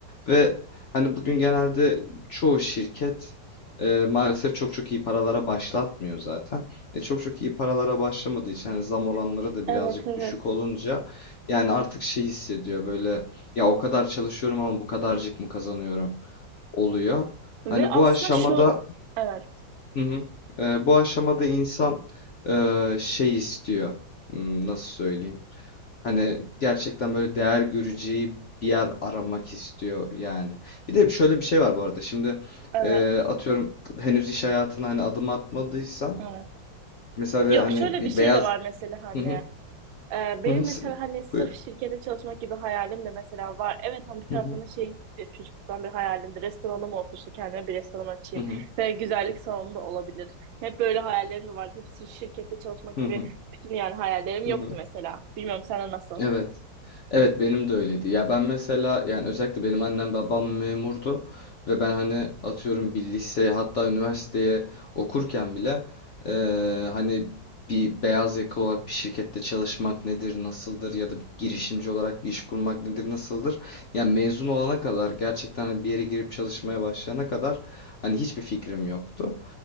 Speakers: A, on the left (about 70°); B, on the right (about 80°).
A: Ve hani bugün genelde çoğu şirket e, maalesef çok çok iyi paralara başlatmıyor zaten. E, çok çok iyi paralara başlamadığı için hani zam oranları da
B: Evet,
A: birazcık
B: evet.
A: düşük olunca yani artık şey hissediyor böyle ya o kadar çalışıyorum ama bu kadarcık mı kazanıyorum oluyor.
B: Ve
A: Hani
B: aslında
A: bu aşamada
B: şu, evet,
A: Hı hı. Ee, bu aşamada insan e, şey istiyor. Hmm, Nasıl söyleyeyim? Hani gerçekten böyle değer göreceği bir yer aramak istiyor yani. Bir de şöyle bir şey var bu arada. Şimdi
B: evet,
A: e, atıyorum henüz iş hayatına hani adım atmadıysan
B: evet.
A: mesela ve
B: Yok,
A: hani
B: şöyle
A: bir
B: bir şey
A: beyaz
B: de var mesela hani.
A: Hı hı.
B: e, benim
A: Hı hı. s-
B: mesela hani sırf
A: Buyur.
B: şirkete çalışmak gibi hayalim de mesela var. Evet ama bir taraftan
A: hı.
B: da şey e, çocukluktan bir hayalimdi. Restoranım olsun işte kendime bir restoran açayım.
A: Hı hı.
B: Ve güzellik salonum da olabilir. Hep böyle hayallerim de vardı. Hepsi şirkette çalışmak
A: Hı
B: gibi
A: hı. Hı hı.
B: bütün yani hayallerim
A: Hı
B: yoktu
A: hı.
B: mesela. Bilmiyorum sana nasıl?
A: Evet. Evet benim de öyleydi. Ya ben mesela yani özellikle benim annem babam memurdu ve ben hani atıyorum bir liseye hatta üniversiteye okurken bile eee, hani bir beyaz yakalı olarak bir şirkette çalışmak nedir, nasıldır ya da bir girişimci olarak bir iş kurmak nedir, nasıldır? Yani mezun olana kadar gerçekten hani bir yere girip çalışmaya başlayana kadar hani hiçbir fikrim yoktu.